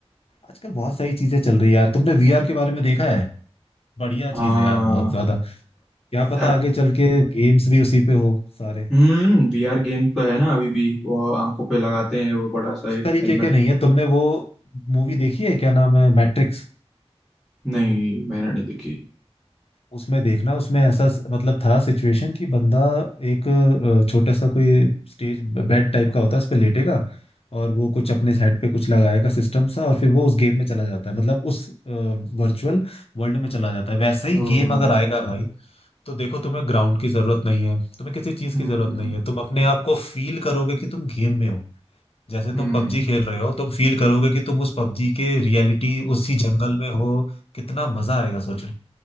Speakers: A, on the left; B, in the centre.
A: आजकल बहुत सारी चीजें चल रही है यार तुमने वीआर के बारे में देखा है बढ़िया
B: हाँ
A: चीज है यार बहुत ज्यादा क्या पता
B: ऐप
A: आगे चल के गेम्स भी उसी पे हो सारे
B: हम्म वीआर गेम तो है ना अभी भी वो आंखों पे लगाते हैं वो बड़ा सा
A: उस
B: एक
A: तरीके
B: हेलमेट
A: के नहीं है तुमने वो मूवी देखी है क्या नाम है मैट्रिक्स
B: नहीं मैंने नहीं देखी
A: उसमें देखना उसमें ऐसा स- मतलब था सिचुएशन कि बंदा एक अ, छोटा सा कोई स्टेज बेड टाइप का होता है उस पे लेटेगा और वो कुछ अपने हेड पे कुछ लगाएगा सिस्टम सा और फिर वो उस गेम में चला जाता है मतलब उस वर्चुअल वर्ल्ड में चला जाता है वैसे
B: ओ,
A: ही गेम अगर आएगा भाई तो देखो तुम्हें ग्राउंड की जरूरत नहीं है तुम्हें किसी चीज
B: हम्म
A: की जरूरत नहीं है तुम अपने आप को फील करोगे कि तुम गेम में हो जैसे
B: हम्म
A: तुम पबजी खेल रहे हो तुम फील करोगे कि तुम उस पबजी के रियलिटी उसी जंगल में हो कितना मजा आएगा सोचो